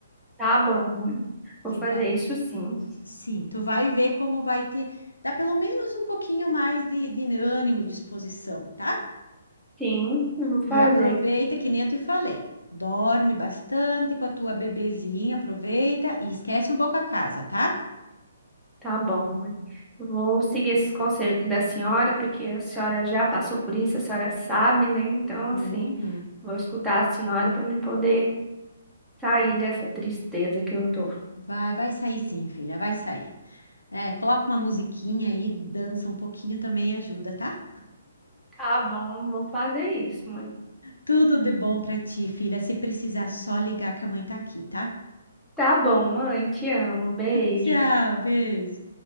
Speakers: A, in the centre; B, on the left.
A: Tá bom, mãe. Vou
B: Que
A: fazer
B: dá.
A: isso sim.
B: Sim, tu vai ver como vai ter, dá pelo menos um pouquinho mais de, de ânimo, disposição, tá?
A: Sim, vou fazer.
B: E aproveita, que nem eu te falei, dorme bastante com a tua bebezinha, aproveita e esquece um pouco a casa, tá?
A: Tá bom, mãe. Vou seguir esses conselhos da senhora, porque a senhora já passou por isso, a senhora sabe, né? Então,
B: Uhum.
A: assim, vou escutar a senhora para me poder sair dessa tristeza que eu tô.
B: Vai, vai sair sim, filha, vai sair. É, coloca uma musiquinha aí, dança um pouquinho também ajuda, tá?
A: Tá bom, vou fazer isso, mãe.
B: Tudo de bom pra ti, filha. Se precisar, só ligar que a mãe tá aqui, tá?
A: Tá bom, mãe. Te amo. Beijo.
B: Tchau, beijo.